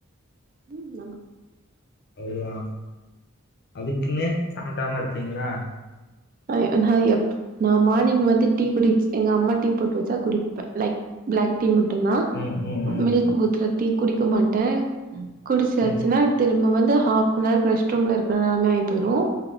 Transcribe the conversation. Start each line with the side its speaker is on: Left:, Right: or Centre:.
Right: ம் ஆமா
Left: அதுதா அதுக்குன்னு சாப்டாம இருப்பீங்ளா
Right: ஆ நா எப் நா மார்னிங் வந்து டீ குடிப்ஸ் எங்க அம்மா டீ போட்டு வச்சா குடிப் லைக் பிளாக் டீ மட்டும்தா
Left: ம் ம் ம்
Right: மில்க் பூத்துல டீ குடிக்க மாட்ட குடிச்சாச்சுன்னா
Left: ம்
Right: திரும்ப வந்து ஹாப்னார் ரெஸ்ட் ரூம்ல இருக்கனா நைட்டுரும்